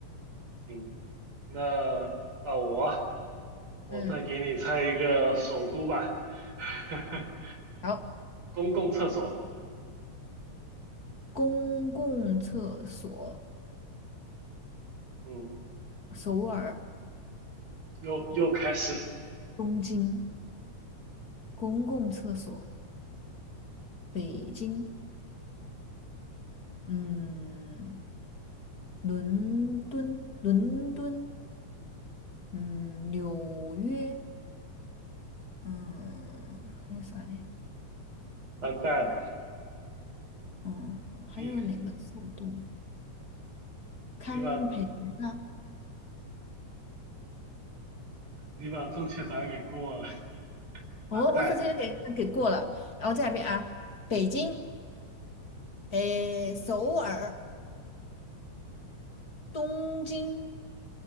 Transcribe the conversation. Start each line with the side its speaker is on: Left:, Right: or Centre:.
Right: 行，那到我啊，我再给你猜一个首都吧，
Left: 嗯，
Right: <laughs> 哈哈，
Left: 好，
Right: 公共厕所。
Left: 公共厕所，
Right: 嗯。
Left: 首尔，
Right: 又又开始，
Left: 东京。公共厕所，北京，
Right: 嗯，
Left: 嗯，伦敦，伦敦，嗯，纽约，嗯，还有啥嘞？
Right: <laughs> 完蛋了，
Left: 哎，嗯，还有哪个首都？
Right: 你
Left: 堪培拉。
Right: 你把你把正确答案给过了，
Left: 哦，
Right: 完蛋。
Left: 我直接给给过了，然后再来一遍啊，北京，
Right: 嗯
Left: 诶，
Right: <laughs>
Left: 首尔，东京，